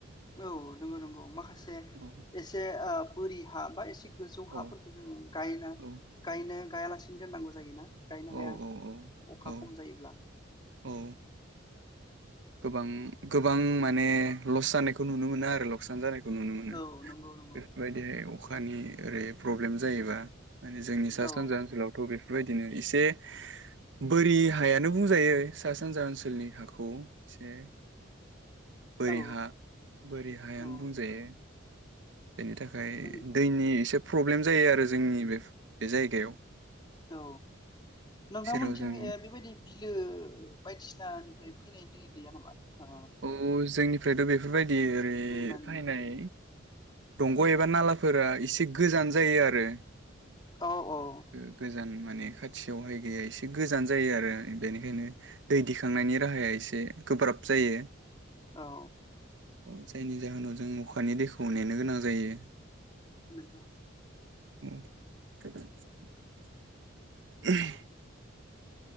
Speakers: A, on the left; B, on the right.
A: औ नंगौ नंगौ माखासे
B: औ
A: एसे ओ बोरि हा बा एस गोजौ हाफोरखौ
B: औ
A: जोङो गायना
B: औ
A: गायनो गायालासिनो दोननांगौ जायोना गायनो
B: औ
A: हाया
B: औ औ
A: अखा
B: औ
A: खम जायोब्ला
B: औ गोबां गोबां माने लस जानायखौ नुनो मोनो आरो लकसान जानायखौ खौ नुनो मोनो
A: औ नंगौ नंगौ
B: बेफोरबायदिहाय अखा अखानि ओरै प्रब्लेम जायोबा माने जोंनि सा
A: औ
B: सानजा ओनसोलावथ' बेफोरबायदि बिदिनो एसे बोरि हायानो बुंजायो सा सानजा ओनसोलनि हाखौ एसे बोरि
A: औ
B: हा बोरि हायानो
A: औ
B: बुंजायो बेनि थाखाय
A: बोरि
B: दैनि एसे प्रब्लेम जायो आरो जोंनि बे बे जायगायाव
A: औ नोंथांमोनथिं
B: जेराव जों
A: ए बेबायदि बिलो बायदिसिनानिफ्राय फैनाय दै गैया नामा? ओ
B: औ जोंनि फ्रायथ' बेफोरबायदि ओरै
A: दैमानि
B: फायनाय
A: बिलोनि
B: दंग' एबा नालाफोरा एसे गोजान जायो आरो
A: औ औ
B: गोजान माने खाथियावहाय गैया एसे गोजान जायो आरो बेनिखायनो दै दिखांनायनि राहाया एसे गोब्राब जायो
A: औ
B: अ जायनि जाहोनाव जों अखानि दैखौ नेना नेनो गोनां जायो
A: नोंगौ
B: औ <unintelligible> <inaudible>